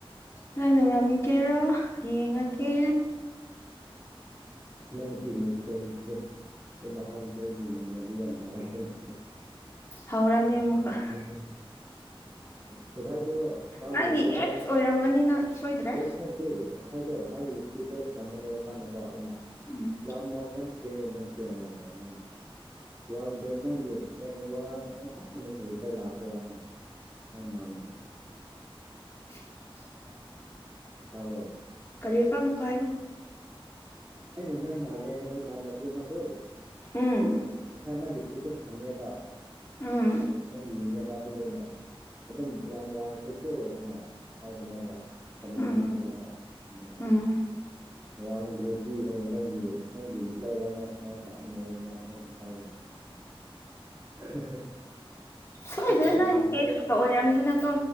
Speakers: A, on the left (about 30°); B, on the right (about 15°).
A: ꯅꯪꯅ ꯉꯝꯒꯦꯔꯣ ꯌꯦꯡꯉꯒꯦ
B: ꯅꯪꯒꯤ ꯃꯈꯣꯜꯁꯦ ꯑꯩꯅ ꯍꯥꯏꯕꯗ ꯑꯩꯒꯤ ꯏꯃꯥꯟꯅꯕꯤ ꯌꯥꯝ ꯃꯥꯔꯦ ꯑꯩꯅ
A: ꯍꯧꯔꯅꯤ
B: ꯌꯥꯝ
A: ꯑꯃꯨꯛꯀ
B: ꯃꯥꯟꯂꯤꯅ‌ꯦ ꯉꯁꯥꯏꯗꯣ ꯃꯥꯒꯤ
A: ꯅꯪꯒꯤ
B: ꯄꯦꯄꯔ
A: ꯑꯦꯛꯁ ꯑꯣꯏꯔꯝꯒꯅꯤ ꯅꯪ ꯁꯣꯏꯗ꯭ꯔꯦ
B: <unintelligible> ꯁꯤ ꯉꯁꯥꯏꯗꯣ ꯃꯥꯒꯤ ꯏꯁꯇꯦꯇꯁ ꯊꯝꯕꯅꯦꯕ ꯃꯥꯅꯀꯣ ꯑꯩꯅ
A: ꯎꯝ
B: ꯌꯥꯝ ꯋꯥꯉꯝꯈ꯭ꯔꯦꯅꯦ ꯅꯪꯁꯦ ꯍꯥꯏꯔꯕ ꯃꯥꯅ ꯋꯥꯡꯗ꯭ꯔ ꯅꯪꯒꯤ ꯅ ꯋꯥꯉꯥꯡ ꯁꯉꯥꯡ ꯆꯞ ꯃꯟꯊꯅ ꯔꯤꯄꯥꯏ ꯂꯥꯛꯄ ꯋꯥꯅꯤꯗ ꯅꯪ ꯃꯥꯟꯕꯗꯣ
A: <unintelligible>
B: ꯇꯕꯔ‌ꯣ
A: ꯀꯔꯤꯕ ꯃꯨꯛꯀꯥ ꯍꯥꯏꯌꯣ
B: ꯑꯩꯅ ꯅꯪ ꯃꯥꯜꯂꯦ ꯍꯥꯏꯕ ꯏꯃꯥꯟꯅꯕꯤ ꯑꯃꯗꯣ
A: ꯎꯝ
B: ꯉꯁꯥꯏ ꯃꯥꯒꯤ ꯏꯁꯇꯦꯇꯁ ꯊꯝꯃꯦꯕ
A: ꯎꯝ
B: ꯑꯩꯅ ꯌꯦꯡꯉꯦꯕ ꯑꯗꯒꯤ ꯑꯩꯅ ꯑꯗꯨꯝ ꯌꯥꯝ ꯋꯥꯡꯈ꯭ꯔꯦꯀꯣ ꯍꯥꯏꯅ ꯍꯥꯏꯕꯅꯦꯕ ꯀꯃꯦꯟ
A: ꯎꯝ
B: ꯄꯤꯕꯅꯕ ꯑꯗꯨꯒ
A: ꯎꯝ
B: ꯋꯥꯡꯗ꯭ꯔꯗꯤ ꯍꯥꯏꯅ ꯅꯪꯒꯤ ꯅꯪꯒꯤ ꯔꯤꯄ꯭ꯂꯥꯏ ꯋꯥꯉꯥꯡ ꯁꯅꯥꯡ ꯆꯞꯃꯅꯩꯑꯕ ꯃꯥꯁꯨ <unintelligible>
A: ꯁꯣꯏꯗꯅ
B: ꯌꯥꯝ
A: ꯅꯪ
B: ꯃꯥꯟꯕ
A: ꯑꯦꯛꯁꯀ
B: ꯋꯥ
A: ꯑꯣꯏꯔꯝꯗꯅꯀꯣ